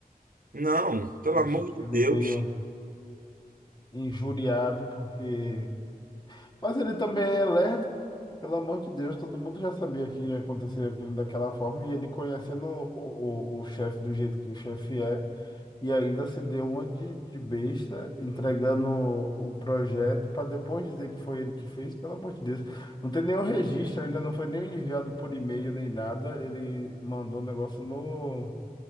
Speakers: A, on the right; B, on the left.
A: Não, pelo
B: Acho
A: amor de
B: que ele
A: Deus.
B: veio injuriado porque Mas ele também é lerdo. Pelo amor de Deus, todo mundo já sabia que ia acontecer aquilo daquela forma e ele conhecendo o, o, o chefe do jeito que o chefe é e ainda se deu uma de, de besta entregando o, o projeto para depois dizer que foi ele que fez, pelo amor de Deus. Não tem nenhum registro, ainda não foi nem enviado por e-mail nem nada. Ele mandou o negócio no